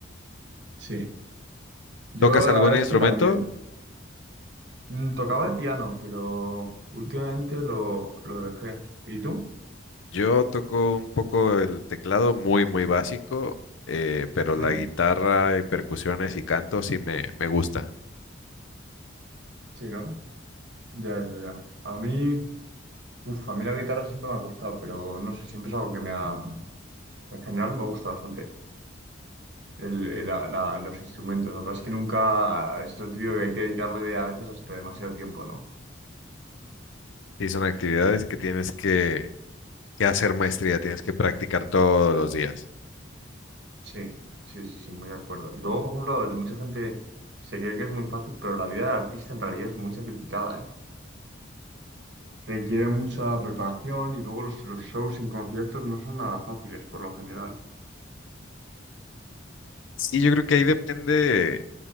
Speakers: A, on the right (about 60°); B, on the left (about 75°).
A: Sí. Yo
B: ¿Tocas algún
A: la verdad es
B: instrumento?
A: que también. Mm, Tocaba el piano, pero últimamente lo, lo dejé. ¿Y tú?
B: Yo toco un poco el teclado muy, muy básico, eh, pero la
A: ¿Mm?
B: guitarra y percusiones y canto sí me, me gusta.
A: Sí, ¿no? Ya, ya, ya. A mí, uf, a mí la guitarra siempre me ha costado, pero no sé, siempre es algo que me ha... En general me gusta bastante el, el- la- la- los instrumentos. La verdad es que nunca... Es lo típico que hay que dedicarle a veces hasta demasiado tiempo, ¿no?
B: Sí, son actividades que tienes que, que hacer maestría, tienes que practicar todos los días.
A: Sí, sí, sí, sí, muy de acuerdo. Y luego, por ejemplo, mucha gente se cree que es muy fácil, pero la vida del artista en realidad es muy sacrificada, ¿eh? Requiere mucha preparación y luego los, los shows en conciertos no son nada fáciles por lo general.
B: Y yo creo que ahí depende